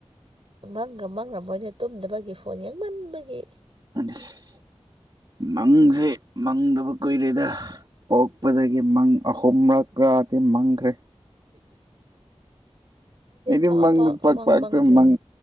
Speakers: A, on the right; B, on the right.
A: ꯃꯪꯒ ꯃꯪꯔꯝ ꯃꯣꯏꯅꯦ ꯇꯨꯝꯗꯕꯒꯤ ꯐꯣꯟ ꯌꯦꯡꯃꯟꯕꯒꯤ
B: ꯑꯁ ꯃꯪꯁꯦ ꯃꯪꯗꯕ ꯀꯨꯏꯔꯦꯗ ꯄꯣꯛꯄꯗꯒꯤ ꯃꯪ ꯑꯍꯨꯝꯔꯛꯔꯗꯤ ꯃꯪꯈ꯭ꯔꯦ ꯑꯩꯗꯤ
A: ꯄꯥꯛ
B: ꯃꯪꯗꯨ ꯄꯥꯛ
A: ꯃꯪ
B: ꯄꯥꯛꯇ
A: ꯃꯪꯗꯦ
B: ꯃꯪ